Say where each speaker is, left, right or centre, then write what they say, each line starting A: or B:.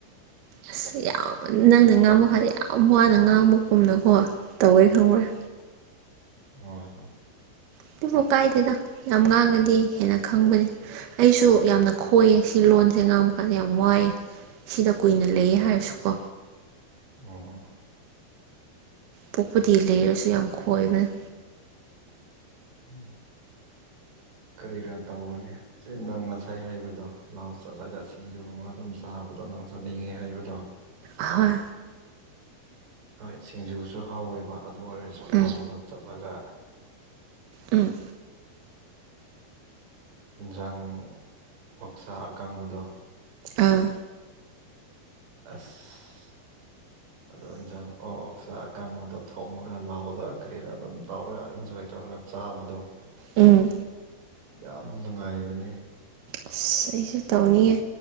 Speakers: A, on the right (about 70°); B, on the right (about 85°).
A: ꯑꯁ ꯌꯥꯝ ꯅꯪꯅ ꯉꯥꯡꯕ ꯀꯥꯟꯗ ꯌꯥꯝ ꯋꯥꯅ ꯉꯥꯡꯕꯒꯨꯝꯅꯀꯣ ꯇꯧꯋꯦ ꯈꯪꯉꯨꯔꯦ
B: ꯑꯣ ꯍꯣ
A: ꯑꯗꯨꯕꯨ ꯀꯥꯏꯗꯦꯗ ꯌꯥꯝ ꯉꯥꯡꯉꯗꯤ ꯍꯦꯟꯅ ꯈꯪꯕꯅꯦ ꯑꯩꯁꯨ ꯌꯥꯝꯅ ꯈꯣꯏꯌꯦ ꯁꯤ ꯂꯣꯟꯁꯦ ꯉꯥꯡꯕ ꯀꯥꯟꯗ ꯌꯥꯝ ꯋꯥꯏꯑꯦ ꯁꯤꯗ ꯀꯨꯏꯅ ꯂꯩꯌꯦ ꯍꯥꯏꯔꯁꯨ ꯀꯣ
B: ꯑꯣꯝ
A: ꯄꯣꯛꯄꯗꯤ ꯂꯩꯔꯁꯨ ꯌꯥꯝ ꯈꯣꯏꯕꯅꯤ
B: ꯎꯝ ꯀꯔꯤꯔꯥ ꯇꯥꯎꯧꯕꯅꯦ ꯁꯤ ꯅꯪ ꯉꯁꯥꯏ ꯍꯥꯏꯩꯕꯗꯣ ꯂꯥꯎ ꯆꯠꯂꯒ ꯁꯤꯡꯖꯨꯒꯨꯝꯕ ꯑꯗꯨꯝ ꯆꯥꯕꯗꯣ ꯅꯪ ꯆꯠꯅꯤꯡꯉꯤ ꯍꯥꯏꯕꯗꯣ
A: ꯍꯣꯏ
B: ꯍꯣꯏ ꯁꯤꯡꯖꯨꯁꯨ ꯍꯥꯎꯋꯦꯕ ꯑꯗꯨ ꯑꯣꯏꯔꯁꯨ ꯂꯥꯎꯗ
A: ꯎꯝ
B: ꯆꯠꯂꯒ
A: ꯎꯝ
B: ꯏꯟꯖꯥꯡ ꯑꯣꯛꯁꯥ ꯑꯀꯥꯡꯕꯗꯣ
A: ꯑꯥ
B: ꯑꯁ ꯑꯗꯣ ꯆꯉꯣ ꯑꯣ ꯑꯣꯁꯥ ꯀꯥꯡꯕꯨꯗꯣ ꯊꯣꯡꯉꯒ ꯂꯥꯎꯔ ꯀꯔꯤꯔꯥ ꯑꯗꯨꯝ ꯇꯧꯔꯒ ꯏꯟꯖꯣꯏ ꯇꯧꯔꯒ ꯆꯥꯕꯗꯣ
A: ꯎꯝ
B: ꯌꯥꯝ ꯅꯨꯡꯉꯥꯏꯕꯅꯤ
A: ꯑꯁ ꯑꯩꯁꯨ ꯇꯧꯅꯤꯡꯌꯦꯦ